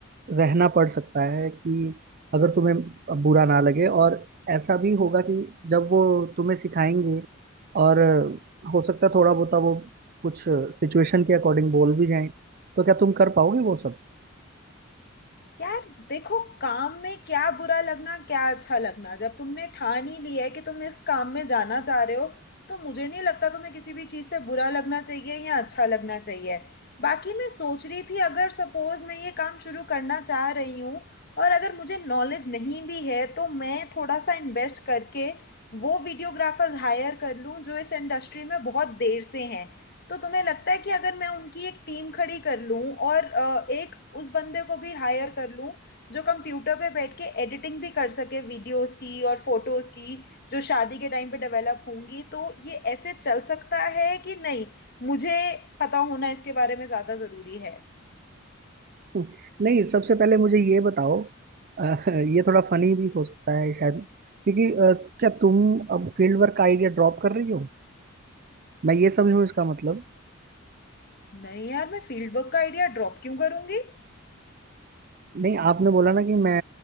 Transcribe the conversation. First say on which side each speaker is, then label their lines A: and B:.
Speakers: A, on the right; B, on the left.
A: रहना पड़ सकता है कि अगर तुम्हें बुरा ना लगे और ऐसा भी होगा कि जब वो तुम्हें सिखाएंगे और हो सकता है थोड़ा बहुत वो कुछ सिचुएशन के अकॉर्डिंग बोल भी जाएं तो क्या तुम कर पाओगे वो सब
B: यार देखो काम में क्या बुरा लगना क्या अच्छा लगना जब तुमने ठान ही लिया है कि तुम इस काम में जाना चाह रहे हो तो मुझे नहीं लगता तुम्हें किसी भी चीज़ से बुरा लगना चाहिए या अच्छा लगना चाहिए बाकी मैं सोच रही थी अगर सपोज मैं ये काम शुरू करना चाह रही हूँ और अगर मुझे नॉलेज नहीं भी है तो मैं थोड़ा सा इन्वेस्ट करके वो वीडियोग्राफर्स हायर कर लूँ जो इस इंडस्ट्री में बहुत देर से हैं तो तुम्हें लगता है कि अगर मैं उनकी एक टीम खड़ी कर लूं और अ, एक उस बंदे को भी हायर कर लूं जो कंप्यूटर पे बैठ के एडिटिंग भी कर सके वीडियोस की और फोटोज की जो शादी के टाइम पे डेवलप होंगी तो ये ऐसे चल सकता है कि नहीं मुझे पता होना इसके बारे में ज़्यादा ज़रूरी है
A: <laughs> नहीं सबसे पहले मुझे ये बताओ अ, <laughs> ये थोड़ा फनी भी हो सकता है शायद क्योंकि अ, क्या तुम अब फील्ड वर्क का आइडिया ड्रॉप कर रही हो मैं ये समझूं इसका मतलब
B: नहीं यार मैं फील्ड वर्क का आइडिया ड्रॉप क्यों करूंगी
A: नहीं आपने बोला ना कि मैं